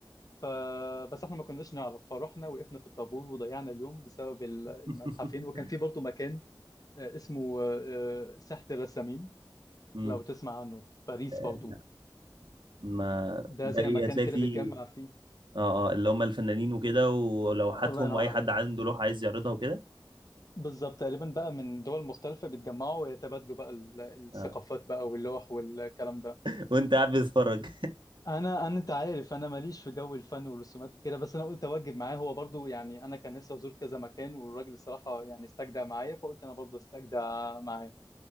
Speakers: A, on the left (about 45°); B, on the right (about 70°).
A: ف بس احنا ما كناش نعرف فروحنا وقفنا في الطابور وضيعنا اليوم بسبب ال-
B: <laughs>
A: المتحفين وكان في برضو مكان آه، اسمه آه، آه، ساحة الرسامين
B: مم.
A: لو تسمع عنه في باريس
B: آه،
A: برضو
B: لا ما
A: ده
B: ده
A: زي
B: ايه
A: مكان
B: هتلاقي
A: كده
B: فيه
A: بتجمع فيه
B: اه اه اللي هم الفنانين وكده ولوحاتهم
A: الله ينور
B: واي
A: عليك
B: حد عنده لوحه عايز يعرضها وكده
A: بالظبط تقريبا بقى من دول مختلفة بيتجمعوا ويتبادلوا بقى ال- الثقافات
B: اه
A: بقى واللوح والكلام ده
B: <laughs> وانت قاعد بتتفرج
A: انا انا انت عارف انا ماليش في جو الفن والرسومات وكده بس انا قلت اوجب معاه هو برضو يعني انا كان نفسي ازور كذا مكان والراجل الصراحة يعني استجدع معايا فقلت انا برضو استجدع معاه